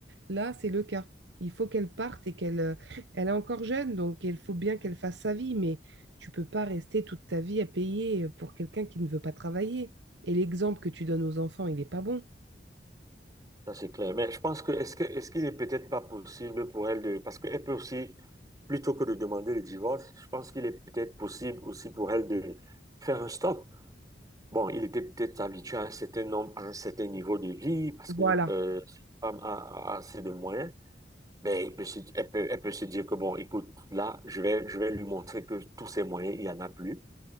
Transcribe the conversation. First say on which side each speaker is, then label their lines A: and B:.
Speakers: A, on the right; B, on the right.
A: Là, c'est le cas. Il faut qu'elle parte et qu'elle euh, elle est encore jeune, donc il faut bien qu'elle fasse sa vie, mais tu peux pas rester toute ta vie à payer pour quelqu'un qui ne veut pas travailler. Et l'exemple que tu donnes aux enfants, il n'est pas bon.
B: ça c'est clair. Mais je pense que est-ce que est-ce qu'il n'est peut-être pas possible pour elle de parce qu'elle peut aussi plutôt que de demander le divorce, je pense qu'il est peut-être possible aussi pour elle de faire un stop. Bon, il était peut-être habitué à un certain nombre, à un certain niveau de vie parce
A: Voilà.
B: que euh, cette femme a, a assez de moyens. Mais il peut se- elle peut, elle peut se dire que bon, écoute, là, je vais je vais lui montrer que tous ces moyens, il y en a plus.